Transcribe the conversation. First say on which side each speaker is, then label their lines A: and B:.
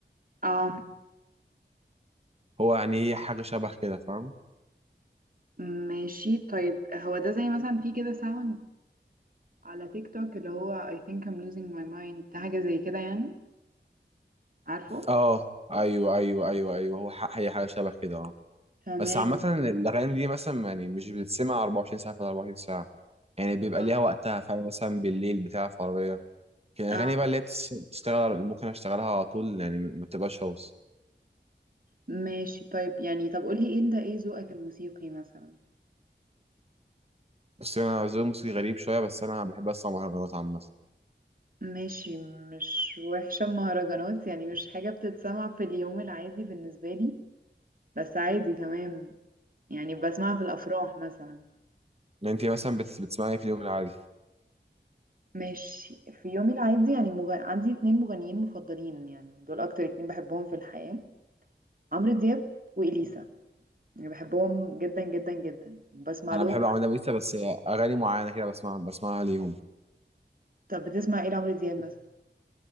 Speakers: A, on the right; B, on the right.
A: اه
B: هو يعني هي حاجة شبه كده فاهم
A: ماشي طيب هو ده زي مثلا في كده ساوند على تيك توك اللي هو I think I'm losing my mind ده حاجة زي كده يعني عارفه
B: اه أيوه أيوه أيوه أيوه هو ح- هي حاجة شبه كده اه
A: تمام
B: بس عامة الأغاني دي مثلا يعني مش بتتسمع 24 ساعة في 24 ساعة يعني بيبقى
A: اه
B: ليها وقتها فاهم مثلا بالليل بتاع في عربية كان الأغاني
A: آه.
B: بقى اللي هي بتس- بتشتغل ممكن أشتغلها على طول يعني ما بتبقاش هوس
A: ماشي طيب يعني طب قولي ايه ده ايه ذوقك الموسيقي مثلا
B: بس انا ذوقي الموسيقي غريب شويه بس انا بحب اسمع مهرجانات عامه
A: ماشي مش وحشة مهرجانات يعني مش حاجة بتتسمع في اليوم العادي بالنسبة لي بس عادي تمام يعني بسمعها في الأفراح مثلا
B: انت مثلا بت- بتسمعي إيه في اليوم العادي
A: ماشي في يومي العادي يعني مغ... عندي اتنين مغنيين مفضلين يعني دول أكتر اتنين بحبهم في الحياة عمرو دياب وإليسا يعني بحبهم جدا جدا جدا بسمع
B: انا
A: لهم
B: بحب اعمل لها بس اغاني معينه كده بسمع بسمعها ليهم
A: طب بتسمع ايه لعمرو دياب مثلا